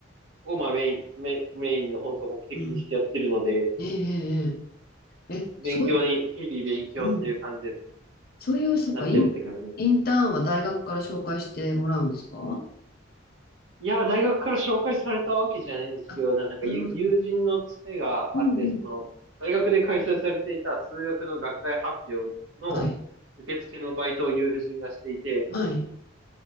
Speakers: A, on the right; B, on the left.
A: を、まあ、メイン、メインメインの本当目的にしてやってるので、
B: うん。えええええええそうい
A: 勉強に、日々勉強っていう感じですね。
B: う、うん、そういう、そっか、
A: なってるって感じです。
B: イン、インターンは大学から紹介してもらうんですか
A: いや、大学から紹介されたわけじゃないんですけど、
B: あ、
A: なんか友友人のつてがあって、
B: なるほど。うんうん。
A: その、大学で開催されていた数学の学会発表の受付のバイトを友人がしていて、
B: はい。はい。